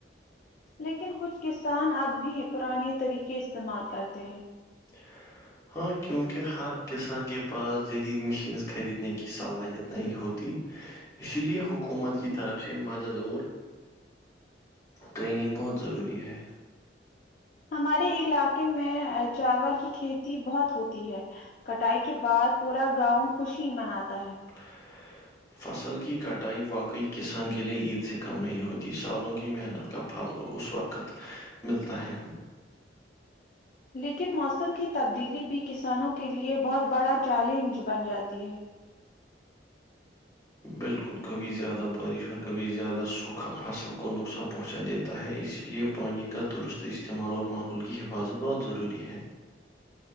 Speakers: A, on the left (about 45°); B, on the left (about 15°).
A: لیکن کچھ کسان اب بھی پرانے طریقے استعمال کرتے ہیں
B: <inaudible> ہاں کیونکہ ہر کسان کے پاس جدید مشینس خریدنے کی صلاحیت نہیں ہوتی اسی لے حکومت کی طرف سے مددور ٹریننگ بہت ضروری ہے
A: ہمارے علاقے میں چاول کی کھیتی بہت ہوتی ہے کٹائی کے بعد پورا گاؤں خوشی مناتا ہے
B: <inaudible> فصل کی کٹائی واقعی کسان کے لیے عید سے کم نہیں ہوتی سالوں کی محنت کا پھل اس وقت ملتا ہے
A: لیکن موسم کی تبدیلی بھی کسانوں کے لیے بہت بڑا چیلنج بن جاتی ہے
B: بالکل کبھی زیادہ بارش اور کبھی زدہ سوکھا فصل کوک نقصان پہنچا دیت ہوتا ہے اسی لیے پانی کا درست استعمال اور ماحول کی حفاظت بہت ضروری ہے